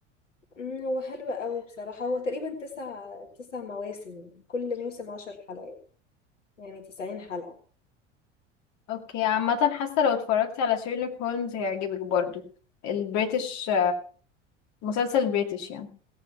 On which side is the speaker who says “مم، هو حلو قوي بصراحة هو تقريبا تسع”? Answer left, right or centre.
Left